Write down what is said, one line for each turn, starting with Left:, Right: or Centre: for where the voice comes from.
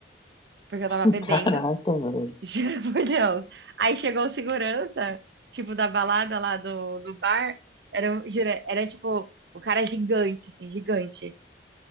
Right: porque eu
Left: <laughs>
Right: tava bebendo,
Left: Caraca,
Right: <laughs>
Left: velho.
Right: juro por Deus. Aí chegou o segurança, tipo, da balada lá do, do bar. Era, um- juro, era tipo, o cara gigante, assim, gigante.